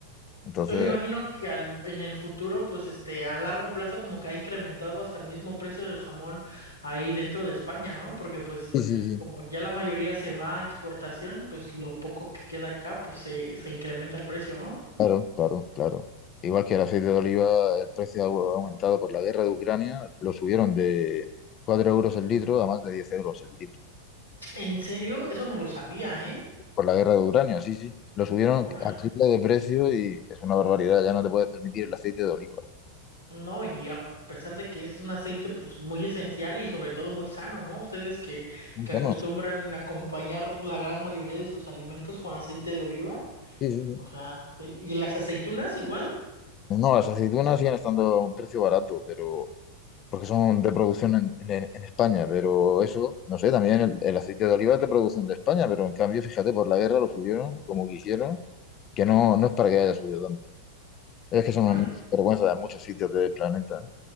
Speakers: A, on the left (about 35°); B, on the left (about 80°).
A: Entonces,
B: Yo Me imagino que al, en el futuro, pues este, a largo plazo como que ha incrementado hasta el mismo precio del jamón ahí dentro de España, ¿no? Porque pues
A: sí, sí, sí,
B: como ya la mayoría se va a exportación, pues lo poco que queda acá, pues se, se incrementa el precio, ¿no?
A: claro, claro, claro. Igual que el aceite de oliva, el precio ha au- aumentado por la guerra de Ucrania, lo subieron de 4 euros el litro a más de 10 euros el litro.
B: En serio, eso no lo sabía, ¿eh?
A: Por la guerra de Ucrania, sí, sí. Lo subieron
B: Órale.
A: al triple de precio y es una barbaridad. Ya no te puedes permitir el aceite de oliva.
B: No, y a pesar de que es un aceite pues muy esencial y sobre todo muy sano, ¿no? Ustedes que,
A: Bueno,
B: que acostumbran a acompañar la gran mayoría de sus alimentos con aceite de oliva,
A: sí, sí,
B: o
A: sí.
B: sea, ¿y y las aceitunas igual?
A: No, las aceitunas siguen estando a un precio barato, pero porque son de producción en, en- en España. Pero eso, no sé, también el, el aceite de oliva es de producción de España, pero en cambio, fíjate, por la guerra lo subieron como quisieron, que no, no es para que haya subido tanto. Es que son
B: Órale.
A: un vergüenza de muchos sitios del planeta. ¿eh?